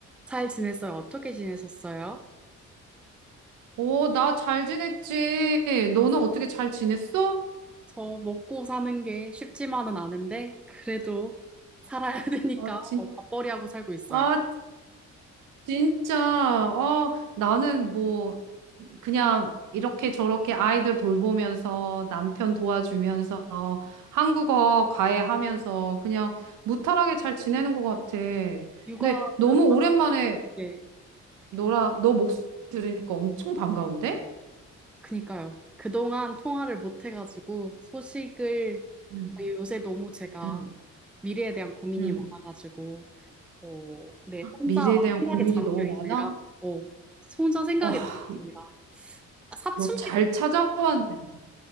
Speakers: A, in the centre; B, on the right.
A: 잘 지냈어요? 어떻게 지내셨어요?
B: 오, 나 잘 지냈지. 너는 어떻게 잘 지냈어?
A: 저 먹고 사는 게 쉽지만은 않은데, 그래도 살아야 <laughs> 되니까
B: 아, 진,
A: 뭐 맞벌이하고 살고 있어요.
B: 아, 진짜. 아, 나는 뭐, 그냥 이렇게 저렇게 아이들 돌보면서 남편 도와주면서 한국어 과외하면서 그냥 무탈하게 잘 지내는 것 같아.
A: 육아는,
B: 근데 너무 오랜만에
A: 예,
B: 너랑, 너 목소리 들으니까 엄청 반가운데?
A: 그니까요. 그동안 통화를 못 해가지고 소식을
B: 응,
A: 아, 요새 너무 제가
B: 응.
A: 미래에 대한 고민이
B: 응.
A: 많아가지고, 어, 네, 혼자
B: 미래에
A: 막
B: 대한
A: 생각에
B: 고민이
A: 잠겨
B: 너무
A: 있느라,
B: 많아?
A: 어, 혼자 생각에
B: 와,
A: 잠깁니다. 아, 사춘기,
B: 너 잘 찾아왔네.